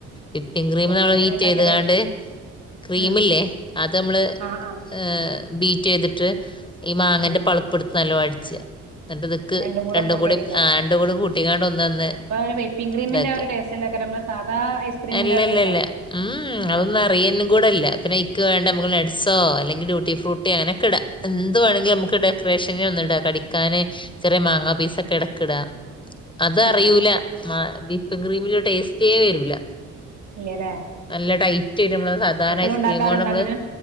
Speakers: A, on the left; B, on the right.
A: വിപ്പിംഗ ക്രീം
B: തന്നെ
A: നമ്മള്
B: എങ്ങനെ
A: വീറ്റ്
B: ഉണ്ടാക്കല്
A: ചെയ്ത കാണ്ട് ക്രീമല്ലേ
B: ഉം
A: അത് നമ്മള്
B: ആഹ് ആഹ്
A: എ ബീ ചെയ്തിട്ട് ഈ മാങ്ങന്റെ
B: ആഹ്
A: പളുപ്പ് എടുത്ത് നല്ലോ അടിച്ച എന്നിട്ട് ദക്ക്
B: രണ്ടും
A: രണ്ട
B: കൂട്ടിയടിക്ക
A: കൂടെ ആ രണ്ട കൂടെ കൂട്ടിക്കാണ്ട ഒന്ന്ന്ന്
B: അപ്പൊ അവന് വിപ്പിംഗ് ക്രീമിന്റെ
A: ഇതക്ക്
B: ആ ഒരു ടേസ്റ്റ്ല്ലക്കാരം നമ്മളെ സാധാ ഐസ്ക്രീമിന്റെ
A: അല്ലല്ലല്ല
B: ആ ഒരിതുണ്ടാവോ
A: ഉം അതൊന്നും അറിയാനും കൂടെല്ല പിന്നെ ക് വേണ്ട നമുക്ക് നെ്സോ അല്ലെങ്കിൽ ഡ്യൂട്ടി ഫ്രൂട്ടി അങ്ങനെയൊക്കെടാ എ വേണെങ്കിൽ നമുക്ക് ഡെക്കറേഷനെ ഒന്നും ഇടാ കടിക്കാന് ചെറിയ മാങ്ങാ പീസ് ഒക്കെ ഇടക്ക ഇടാ അത
B: ആഹ്
A: അറിയൂല മ വിപ്പി ക്രീമന്റെ ടേസ്റ്റേ വരൂല
B: ഇല്ലല്ലേ
A: നല്ല ടൈ ട്ട് നമ്മള് സാധാരണ
B: എപ്പളും
A: ഐസ്ക്രീമ
B: ഉണ്ടാക്കാറുണ്ട്
A: കൊണ്ട് നമ്മള്
B: അങ്ങനെ